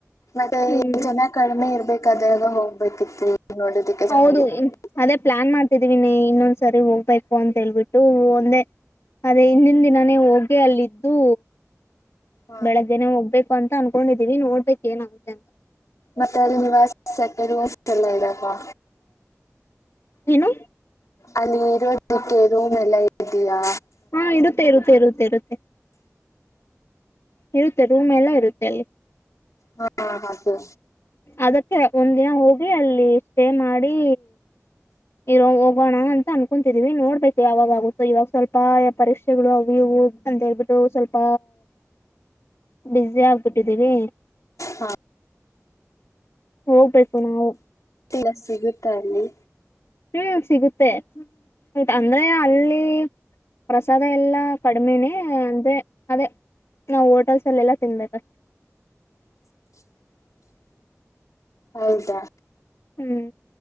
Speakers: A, on the left; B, on the left.
A: ಮತ್ತೆ
B: ಹ್ಮ್
A: ಜನ ಕಡಿಮೆ ಇರ್ಬೇಕಾದಾಗ ಹೋಗ್ಬೇಕಿತ್ತು ನೋಡೋದಿಕ್ಕೆ
B: ಹೌದು
A: ಚೆನ್ನಾಗಿತ್ತು
B: ಅದೇ ಪ್ಲಾನ್ ಮಾಡ್ತಿದ್ದ ತಿದಿನಿ ಇನ್ನೊಂದ್ ಸರಿ ಹೋಗ್ಬೇಕು ಅಂತ ಹೇಳ್ಬಿಟ್ಟು ಒಂದೇ ಅದೇ ಹಿಂದಿನ ದಿನಾನೇ ಹೋಗಿ ಅಲ್ಲಿದ್ದು
A: ಹಾ
B: ಬೆಳಗ್ಗೆನೆ ಹೋಗ್ಬೇಕು ಅಂತ ಅನ್ಕೊಂಡಿದೀವಿ ನೋಡ್ಬೇಕಕ್ ಏನಾಗುತ್ತೆ ಅಂತ
A: ಮತ್ತೆ ಅಲ್ಲಿ ನಿವಾಸಕ <unintelligible> ಎಲ್ಲ ಇರುತಾ
B: ಏನು
A: ಅಲ್ಲಿ ಇರೋದಕ್ಕೆ ರೂಮ್ ಎಲ್ಲ ಇದಯಾ
B: ಹಾ ಇರುತ್ತೆ ಇರುತ್ತೆ ಇರುತ್ತೆ ಇರುತ್ತೆ ಇರುತ್ತೆ ರೂಮ್ ಎಲ್ಲಾ ಇರುತ್ತೆ ಅಲ್ಲಿ
A: ಹಾ ಹಾ ಓಕೆ
B: ಅದಕ್ಕೆ ಒಂದ್ ದಿನ ಹೋಗಿ ಅಲ್ಲಿ ಸ್ಟೇ ಮಾಡಿ ಇರೋ ಹೋಗೋಣ ಅಂತ ಅನ್ಕೊತಿದೀವಿ ನೋಡ್ಬೇಕು ಯಾವಾಗ ಆಗುತ್ತೋ ಇವಾಗ ಸ್ವಲ್ಪ ಪರೀಕ್ಷೆಗಳು ಅವು ಇವು ಅಂತೇಳ್ಬಿಟ್ಟು ಸ್ವಲ್ಪ ಬ್ಯುಸಿ ಆಗ್ಬಿಟ್ಟಿದ್ದೀವಿ
A: ಹಾ
B: ಹೋಗ್ಬೇಕು ನಾವು
A: ಫ್ರೀ ಬಸ್ ಸಿಗುತ್ತ ಅಲ್ಲಿ
B: ಹ್ಮ್ ಸಿಗುತ್ತೆ ಅಂದ್ರೆ ಅಲ್ಲಿ ಪ್ರಸಾದ ಎಲ್ಲಾ ಕಡಿಮೆನೇ ಅಂದ್ರೆ ಅದೇ ನಾವು ಹೋಟೆಲ್ಸ್ ಅಲ್ಲೆಲ್ಲ ತಿನ್ಬೇಕಷ್ಟೆ
A: <inaudible> ಹೌದಾ
B: ಹ್ಮ್